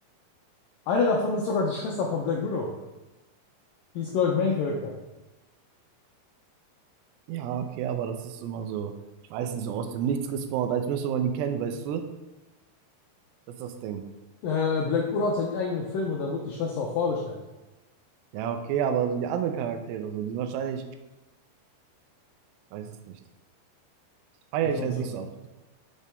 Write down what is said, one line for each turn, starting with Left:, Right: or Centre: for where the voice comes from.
Left: Eine davon ist sogar die Schwester von Black Widow. Die ist, glaube ich, Main Character.
Right: Ja, okay, aber das ist immer so, ich weiß nicht, so aus dem Nichts gespawnt, als müsste man die kennen, weißt du? Das ist das Ding.
Left: Äh, Black Widow hat ja einen eigenen Film und da wurde die Schwester auch vorgestellt.
Right: Ja, okay, aber so die anderen Charaktere, so, die wahrscheinlich, ich weiß es nicht. feiere
Left: Was
Right: ich
Left: meinst
Right: halt
Left: du?
Right: nicht so ab.